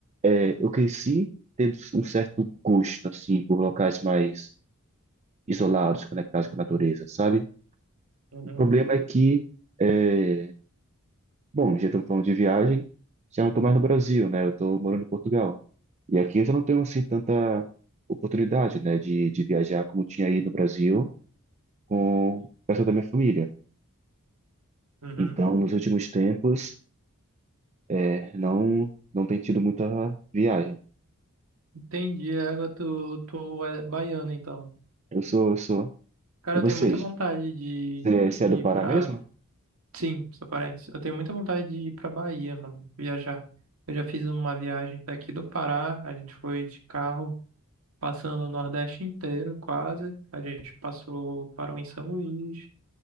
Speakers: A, on the right; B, on the right.
A: É, Eu cresci tendo um certo gosto, assim, por locais mais isolados, conectados com a natureza, sabe?
B: Uhum,
A: O problema é que, é, bom, já estamos falando de viagem, já não estou mais no Brasil, né? Eu estou morando em Portugal. E aqui eu já não tenho, assim, tanta oportunidade, né, de, de viajar como tinha aí no Brasil com o pessoal da minha família.
B: uhum.
A: Então, nos últimos tempos, é, não, não tem tido muita viagem.
B: Entendi, agora tu, tu é baiano, então.
A: Eu sou, eu sou.
B: Cara,
A: E
B: eu
A: vocês?
B: tenho muita vontade de,
A: Você, é, você
B: de
A: é do
B: ir
A: Pará
B: pra...
A: mesmo?
B: Sim, sou paraense. Eu tenho muita vontade de ir pra Bahia, mano, viajar. Eu já fiz uma viagem daqui do Pará, a gente foi de carro Passando o Nordeste inteiro, quase. A gente passou, parou em São Luís,